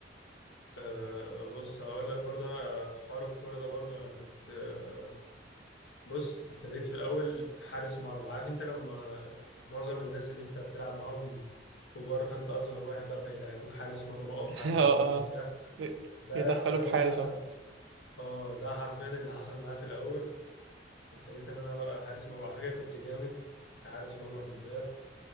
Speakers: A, on the left; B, on the right.
A: آه بص هقول لك برضو انا في حوار الكوره ده برضو انا كنت آه بص ابتديت في الاول حارس مرمى عارف انت لما معظم الناس اللي انت بتلعب معاهم كبار فانت اصغر واحد بقى فيلعبوك حارس مرمى اقف
B: <laughs>
A: حارس
B: اه
A: مرمى
B: اه
A: وبتاع ده
B: يدخلوك
A: حرفيا اللي
B: حارس
A: حصل
B: اه
A: اه ده حرفيا اللي حصل معايا في الاول وابتديت ان انا بقى حارس مرمى على فكره كنت جامد كحارس مرمى في البدايه